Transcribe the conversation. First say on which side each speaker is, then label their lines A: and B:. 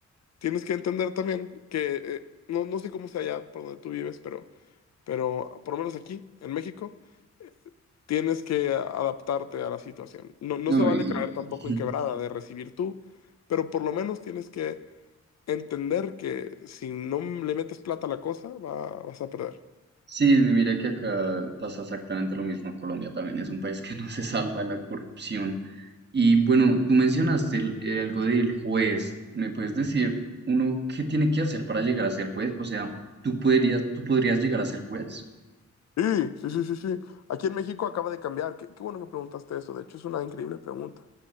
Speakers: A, on the left; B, on the right.
A: tienes que entender también que eh, no, no sé cómo sea allá por donde tú vives, pero, pero por lo menos aquí, en México, eh, tienes que adaptarte a la situación. No, no
B: No,
A: se vale
B: y,
A: caer tampoco
B: <laughs>
A: en quebrada de recibir tú, pero por lo menos tienes que entender que si no le metes plata a la cosa, va- vas a perder.
B: Sí, mira que acá pasa exactamente lo mismo. Colombia también es un país que <laughs> no se salva de la corrupción. Y bueno, tú mencionaste el- eh, algo del juez. ¿Me puedes decir uno qué tiene que hacer para llegar a ser juez? O sea, ¿tú podrías, tú podrías llegar a ser juez?
A: Sí, sí, sí, sí, sí. Aquí en México acaba de cambiar. Qué, qué bueno que preguntaste eso. De hecho, es una increíble pregunta.